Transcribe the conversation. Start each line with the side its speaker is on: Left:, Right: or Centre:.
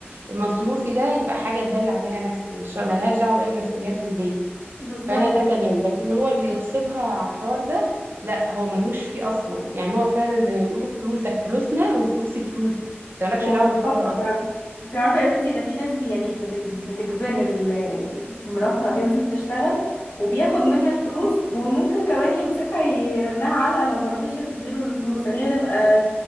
Right: مصروفي ده يبقى حاجة أدلع بيها نفسي مش ملهاش دعوة بأي مسؤوليات البيت
Left: بالظبط
Right: فانا ده تمام لكن هو اللي يغصبها على الحوار ده لا هو ملهوش فيه اصلا يعني هو فعلا زي ما بيقولوا فلوسك فلوسنا وفلوسي فلوسي انت مالكش
Left: هو
Right: دعوه
Left: بالظبط
Right: بالحوار ده اصلا
Left: فعلا انت عارفه يا بنتي ده في ناس بي- يعني بتج- بتجبر ال- مراتها تنزل تشتغل وبياخد منها الفلوس وممكن كمان يمسكها يرنها علقه لو مرضتش تديله الفلوس يعني هي تبقى